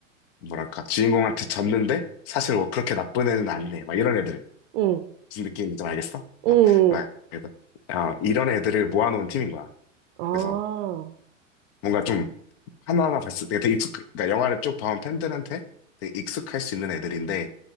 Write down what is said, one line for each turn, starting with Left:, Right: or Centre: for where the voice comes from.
Left: 뭐랄까, 주인공한테 졌는데, 사실 뭐 그렇게 나쁜 애는 아니네. 막 이런 애들.
Right: 응,
Left: 무슨 느낌인지 좀 알겠어?
Right: 응.
Left: 어, 막 이런- 어, 이런 애들을 모아놓은 팀인 거야.
Right: 아.
Left: 그래서 뭔가 좀 하나하나 봤을 때 되게 익숙, 그러니까 영화를 쭉 봐온 팬들한테 되게 익숙할 수 있는 애들인데,